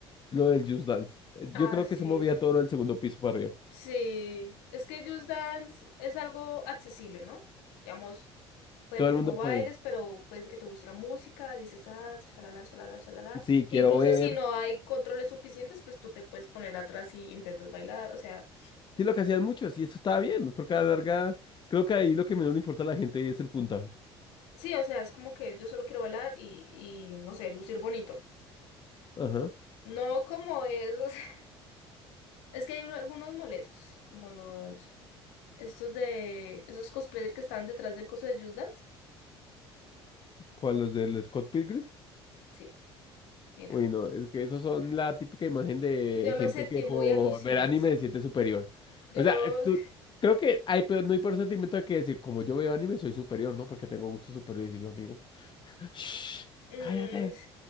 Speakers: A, on the left (about 35°); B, on the left (about 75°).
A: lo del Just Dance. Eh, Yo
B: Ah,
A: creo
B: sí,
A: que eso movía todo lo del segundo piso para arriba.
B: Sí, es que Just Dance es algo accesible, ¿no? Digamos, puede
A: Todo
B: que
A: el mundo,
B: no bailes,
A: pues,
B: pero puede que te guste la música, dices, ah, shalala, shalala, shalala.
A: sí, quiero
B: Incluso
A: ver.
B: si no hay controles suficientes, pues tú te puedes poner atrás y intentas bailar. O sea,
A: Sí, lo que hacían muchos, y eso estaba bien, porque a la larga, creo que ahí lo que menos le importa a la gente es el puntaje.
B: sí, o sea, es como que yo solo quiero bailar y, y no sé, lucir bonito.
A: Ajá.
B: No como esos. <laughs> Es que hay uno- algunos molestos, como los, estos de, esos cosplayers que estaban detrás del coso de Just Dance.
A: ¿Cuál los del Scott Pilgrim?
B: Sí, mira.
A: Uy, no, es que esos son la típica imagen de
B: Yo lo
A: gente
B: sentí
A: que
B: muy
A: por
B: alucines.
A: ver anime se siente superior.
B: Yo,
A: O sea, eh, tú- creo que hay, pero no hay por sentimiento de que decir, como yo veo anime, soy superior, ¿no? Porque tengo gustos superiores y yo, amigo, "Shh,
B: mm,
A: cállate.